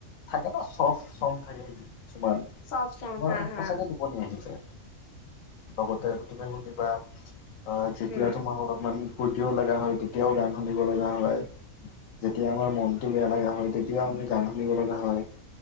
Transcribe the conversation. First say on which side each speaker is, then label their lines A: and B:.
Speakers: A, on the left; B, on the left.
A: থাকে ন চফ চং থাকে। কিছুমান
B: চব চাং
A: তোমাৰ
B: হা হা
A: সঁচাকে টোপনি আহি যায়। লগতে <unintelligible> শুনিবা। অ যেতিয়া
B: উম
A: তোমাক অলপমান ফূুৰ্তিও লগা হয় তেতিয়াও গান শুনিব লগা হয়। যেতিয়া আমাৰ মনটো বেয়া লগা হয় তেতিয়াও আমি গান শুনিব লগা হয়।